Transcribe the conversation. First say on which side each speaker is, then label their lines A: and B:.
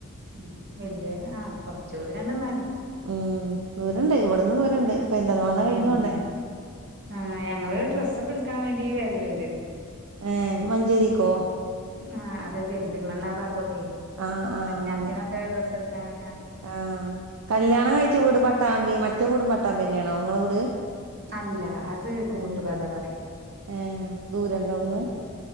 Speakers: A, on the right (about 50°); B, on the right (about 70°).
A: ഉം വല്യെ ആഹ് കൊറച്ച് ദൂരണ്ട്ന്നാലും
B: ഉം ദൂരണ്ട് ഇവട്ന്ന് ദൂരണ്ട് പെര്ന്തൽമണ്ണ കഴിഞ്ഞോണ്ടേ
A: ഉം ആഹ് ഞങ്ങള് ഡ്രസ്സൊക്കെ എടുക്കാൻ വേണ്ടി വെര്ല്ണ്ട്
B: ഏഹ് മഞ്ചേരിക്കോ
A: ആഹ് അത് പെരുന്തൽമണ്ണ ആ ഭാഗക്കെയ്
B: ആഹ് ആഹ്
A: കല്യാണത്തിനൊക്കെ
B: അങ്ങനെ
A: ഡ്രസ്സ് ഇടക്കാന്
B: ആഹ് കല്യാണം കയിച്ച വീട് പട്ടാമ്പി മറ്റേ വീടും പട്ടാമ്പിയെന്നേണോ ങ്ങളെ വീട്
A: അല്ല അത് കൂട്ടുപത
B: ഏഹ്
A: പറിം
B: ഏഹ് ദൂരണ്ടോ അവിടുന്ന്
A: ഉം